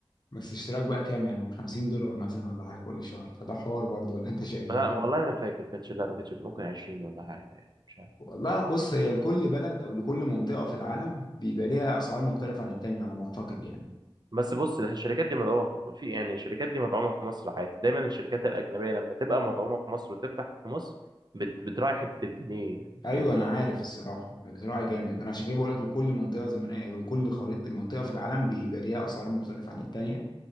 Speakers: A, on the left; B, on the right.
A: بس اشتراك بقى كام يعني 50 دولار مثلا ولا حاجة كل شهر فده حوار برضه ولا أنت شايف إيه؟
B: لا والله ما فاكر ما كانتش لا ما كانتش ممكن 20 ولا حاجه يعني مش عارف
A: والله بص هي لكل بلد أو لكل منطقة في العالم بيبقى ليها أسعار مختلفة عن التانية على ما أعتقد يعني
B: بس بص الشركات دي مدعومه في يعني الشركات دي مدعومه في مصر عادي دايما الشركات الاجنبيه لما تبقى مدعومه في مصر وتفتح في مصر بت... بتراعي حته الجنيه يعني
A: أيوه
B: فاهمني
A: أنا عارف الصراحة بصراحة جامد أنا عشان كده بقول لك لكل منطقة زمنية أو لكل خريطة منطقة في العالم بيبقى ليها أسعار مختلفة عن التانية